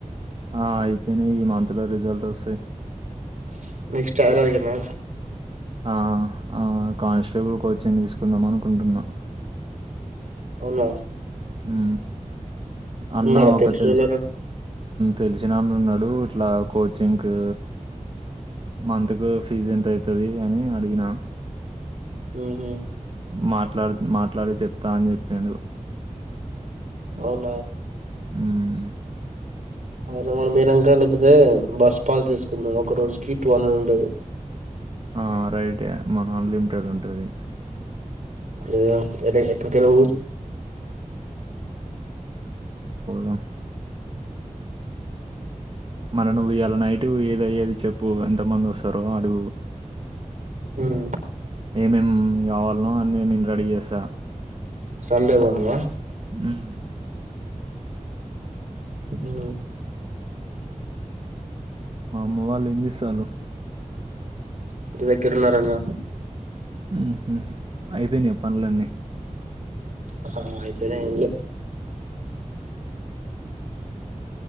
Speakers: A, on the right; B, on the right.
A: ఆ అయిపోయనై ఈ మంత్ లో రిజల్ట్ వస్తాయ్
B: ష్.. నెక్స్ట్ హైద్రావాద్ దగ్రనా
A: ఆ.... ఆ.. క్ కానిస్టేబుల్ కోచని తీసుకుందాం అనుకుంటున్నా
B: అవునా
A: ఆ అన్న
B: ఉన్నారా
A: ఒక
B: తెలిసినోళ్ళేనా
A: తెలిసి తెలిసినన్న ఉన్నాడు ఇట్లా కోచింగ్కి మంత్ కు ఫీజ్ ఎంత అయితది అని అడిగిన
B: ఉమ్
A: మాట్లాడు మాట్లాడి చెప్తా అని చెప్పిండు
B: అవునా
A: ఉహు హు
B: హైదరాబాద్ పోయిన్నాక లేకపోతే బస్ పాస్ తీసుకున్నాది ఒక రోజుకి టూ హండ్రెడ్ ఉంటది
A: ఆ రైటే మనం అన్లిమిటెడ్ ఉంటది
B: ఏద ఏద ఎక్కకఊ
A: పోదాం మళ్ళా నువ్వు ఇయ్యాల నైటు ఏద అయ్యేది చెప్పు ఎంత మంది వస్తారో అడుగు
B: ఉమ్
A: ఏమేమ్ కావాలనో అని నేను రెడీ చేసా
B: సండే పోదమా
A: ఉమ్
B: ఆ
A: మా అమ్మ వాళ్ళు ఏం చేస్తాలు
B: ఇంటి దగ్గర ఉన్నారు అన్న
A: ఉమ్ హు అయిపోయినా పనులన్నీ
B: ఆ ఇప్పుడే అయినయ్